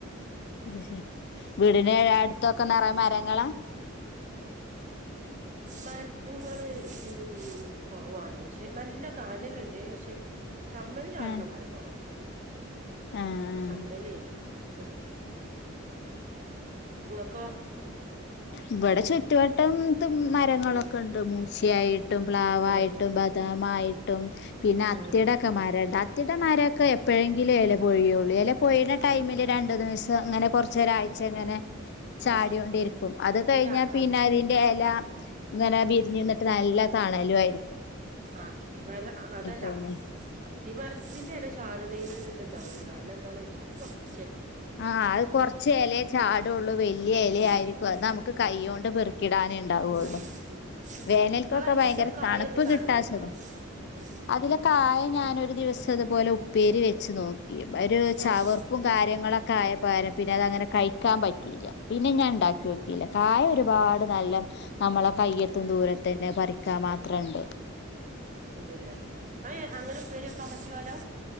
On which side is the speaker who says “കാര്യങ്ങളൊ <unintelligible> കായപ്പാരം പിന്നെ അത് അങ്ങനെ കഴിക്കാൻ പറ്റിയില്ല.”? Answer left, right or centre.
Left